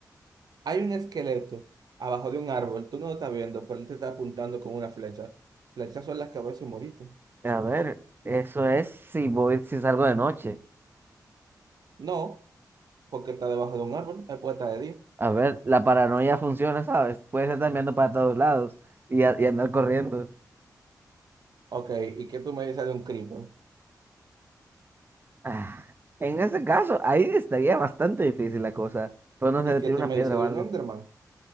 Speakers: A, on the right; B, on the right.
A: hay un esqueleto abajo de un árbol. Tú no lo estás viendo, pero él te está apuntando con una flecha. Flechazo en la cabeza y moriste.
B: A ver, eso es si voy, si salgo de noche.
A: No, porque está debajo de un árbol. Es puerta de Dios.
B: A ver, la paranoia funciona, ¿sabes? Puedes estar mirando para todos lados y, a- y andar corriendo.
A: Ok, ¿y qué tú me dices de un creeper?
B: Ah, en ese caso, ahí estaría bastante difícil la cosa. Pero no
A: ¿Y
B: se le
A: qué
B: tira
A: tú
B: una
A: me
B: piedra
A: dices
B: o
A: de
B: algo.
A: un Enderman?